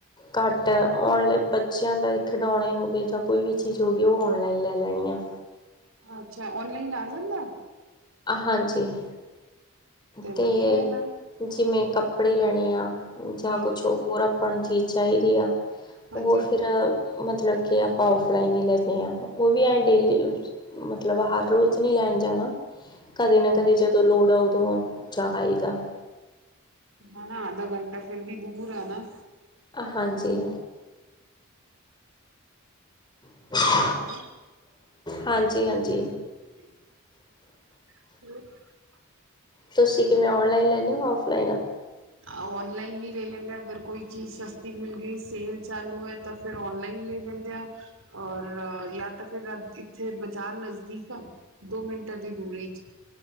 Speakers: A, on the left; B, on the right.
A: ਘੱਟ ਔਨਲਾਈਨ, ਬੱਚਿਆਂ ਦਾ ਖਿਡੌਣੇ ਹੋ ਗਏ ਜਾਂ ਕੋਈ ਵੀ ਚੀਜ਼ ਹੋ ਗਈ ਉਹ ਔਨਲਾਈਨ ਲੈ ਲੈਣੀ ਆ
B: ਅੱਛਾ ਔਨਲਾਈਨ ਆ ਜਾਂਦਾ
A: ਹਾਂਜੀ
B: <unintelligible>
A: ਤੇ
B: ਵਧੀਆ ਹੈ ਨਾ
A: ਜਿਵੇਂ ਕੱਪੜੇ ਲੈਣੇ ਆ ਜਾਂ
B: ਹਾਂ
A: ਕੁਛ ਹੋ ਹੋਰ ਆਪਾਂ ਨੂੰ ਚੀਜ਼ ਚਾਹੀਦੀ ਆ,
B: ਹਾਂਜੀ
A: ਉਹ ਫਿਰ ਮਤਲਬ ਕਿ ਆਪਾਂ ਓਫਲਾਈਨ ਹੀ ਲੈਦੇ ਹਾਂ, ਉਹ ਵੀ ਐ ਡੇਲੀ ਮਤਲਬ ਹਰ ਰੋਜ਼ ਨਹੀਂ ਲੈਣ ਜਾਣਾ, ਕਦੇ
B: ਹਾਂ
A: ਨਾ
B: ਹਾਂ
A: ਕਦੇ ਜਦੋਂ ਲੋੜ ਆ ਸੋ <unintelligible>
B: ਆਣਾ ਅਧਾ ਘੰਟਾ ਫਿਰ ਵੀ ਦੂਰ ਐ ਨਾ
A: ਹਾਂਜੀ <unintelligible>
B: <unintelligible>
A: ਹਾਂਜੀ- ਹਾਂਜੀ।
B: <unintelligible> <unintelligible>
A: ਤੁਸੀਂ ਕਿਵੇਂ ਔਨਲਾਈਨ ਲੈਂਦੇ ਹੋ ਔਫਲਾਈਨ ਆ।
B: ਔਨਲਾਈਨ ਵੀ ਲੈ ਲੈਂਦੇ ਆ ਅਗਰ ਕੋਈ ਚੀਜ਼ ਸਸਤੀ ਮਿਲ ਗਈ ਸੇਲ ਚਾਲੂ ਏ। ਤਾਂ ਫੇਰ ਔਨਲਾਈਨ ਲੈ ਲੈਂਦੇ ਆ। ਔਰ ਯਾ ਤਾਂ ਫੇਰ ਇੱਥੇ ਬਾਜ਼ਾਰ ਨਜ਼ਦੀਕ ਆ। ਦੋ ਮਿੰਟਾਂ ਦੀ ਦੂਰੀ ਚ।